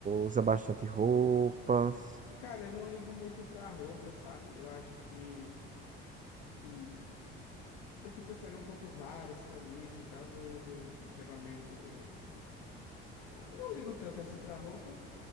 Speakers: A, on the right; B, on the left.
A: usa bastante roupas?
B: Cara, eu não ligo muito pra roupa, sabe? Eu acho que, que eu, tipo assim, eu não compro várias camisas e tal, eu uso geralmente. Não não ligo tanto assim pra roupa.